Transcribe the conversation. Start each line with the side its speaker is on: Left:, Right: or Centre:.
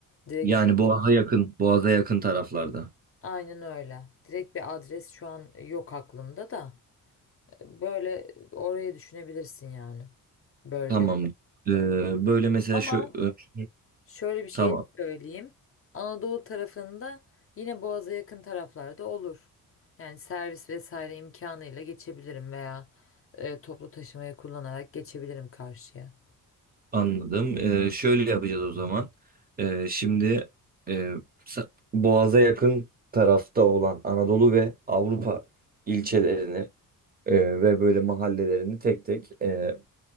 Left: Direkt
Right: Yani
Left: şu,
Right: Boğaz'a yakın, Boğaz'a yakın taraflarda.
Left: aynen öyle. Direkt bir adres şu an yok aklımda da e, böyle orayı düşünebilirsin yani bölge.
Right: Tamam. Ee, böyle mesela
Left: Ama
Right: şu, e,
Left: şöyle bir şey
Right: tamam.
Left: söyleyeyim. Anadolu tarafında yine Boğaz'a yakın taraflarda olur. Yani servis vesaire imkanıyla geçebilirim veya e, toplu taşımayı kullanarak geçebilirim karşıya.
Right: Anladım. Ee, şöyle yapacağız o zaman. Ee, şimdi e, sa- Boğaz'a yakın tarafta olan Anadolu ve Avrupa ilçelerini e, ve böyle mahallelerini tek tek e,